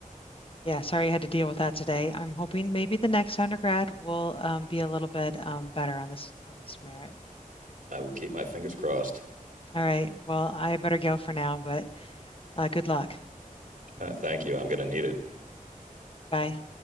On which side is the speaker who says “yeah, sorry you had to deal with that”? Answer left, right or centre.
Left